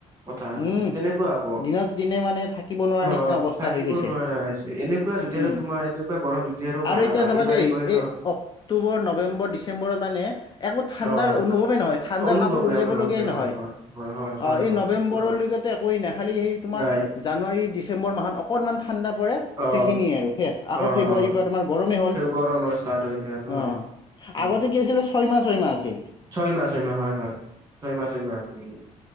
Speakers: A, on the right; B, on the left.
A: কথা
B: উম
A: তেনেকুৱা হ'ব,
B: দিনক দিনে মানে থাকিব নোৱাৰা
A: অ'
B: নিচিনা অৱস্থা
A: থাকিব
B: হৈ গৈছে
A: নোৱাৰা হৈ আছে, এনে এনেকুৱা যদি
B: উম
A: আৰু তোমাৰ এনেকুৱা গৰম যদি আৰু বাঢ়ি,
B: এতিয়া চাবা দেই
A: বাঢ়ি গৈ
B: এই
A: অ'।
B: অক্টোবৰ, নৱেম্বৰ, ডিচেম্বৰত মানে। একো ঠাণ্ডাৰ
A: অ হয়
B: অনুভৱেই নহয়, ঠাণ্ডাৰ
A: অনুভৱ
B: কাপোৰ
A: নাই
B: উলিয়াব
A: অনুভৱ
B: লগিয়াই
A: নাই
B: নহয়,
A: হয় হয় হয় হয় হয়
B: অ' এই
A: হয়
B: ন
A: সেইটো
B: নম্বেৱৰলৈকে
A: হয়
B: একোৱেই নাই, খালি সেই তোমাৰ
A: নাই
B: জানুৱাৰী, ডিচেম্বৰ মাহত অকণমান ঠাণ্ডা পৰে।
A: অ
B: সেইখিনিয়ে আৰু শেষ, আকৌ
A: অ
B: ফেব্ৰুৱাৰীৰ
A: অ
B: পা তোমাৰ গৰমেই হ'ল
A: গৰমৰ ষ্টাৰ্ট হৈ যায়
B: অ'।
A: হয় উম
B: আগতে কি আছিলে, ছয় মাহ, ছয় মাহ আছিল।
A: ছয় মাহ, ছয় মাহ, হয়, হয়, ছয় মাহ, ছয় মাহ, আছিল।